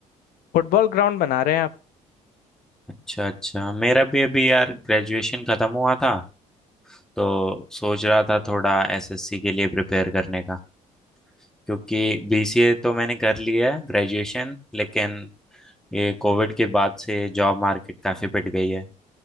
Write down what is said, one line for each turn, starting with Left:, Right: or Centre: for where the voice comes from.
Left: फुटबॉल ग्राउंड बना रहे हैं आप
Centre: अच्छा अच्छा मेरा भी अभी यार ग्रेजुएशन खत्म हुआ था तो सोच रहा था थोड़ा एसएससी के लिए प्रिपेयर करने का क्योंकि बीसीए तो मैंने कर लिया है ग्रेजुएशन लेकिन ये कोविड के बाद से जॉब मार्केट काफी पिट गई है